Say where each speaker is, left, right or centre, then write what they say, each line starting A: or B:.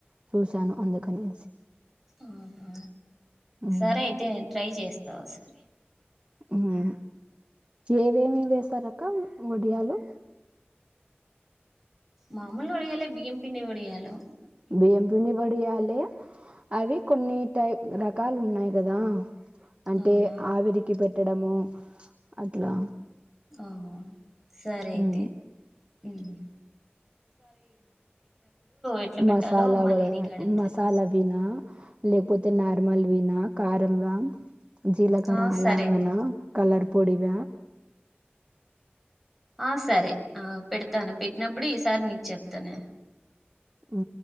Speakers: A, on the right (about 30°); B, in the centre.
A: చూశాను అందుకనేసి
B: అవునా
A: మ్మ్
B: సరే అయితే నేను ట్రై చేస్తా ఒసారి
A: హ్మ్ ఏవేమి చేసరు అక్ వడియాలు
B: మామూలు ఉడయాలే బియ్యం పిండి ఉడయాలు
A: బియం పిండి వడియాల అవి కొన్ని టై రకాలు ఉన్నాయి కదా అంటే
B: అవునా
A: ఆవిరికి పెట్టి పెట్టడము అట్లా
B: ఆ సరే అయితే
A: ఉమ్
B: హ్మ్ ఎట్లా పెట్టాలో
A: మసాలా
B: మళ్ళీ
A: కూడా
B: నీకు అడుగుతాలే
A: మసాలా వినా లేకపోతే నార్మల్ వినా కారం వ జీలకర
B: ఆ
A: అలాగనా
B: సరేమ్మా
A: కలర్ పొడివ
B: ఆ సరే ఆ పెడతాను పెట్టినప్పుడు ఈసారి నీకు చెప్తానే
A: అ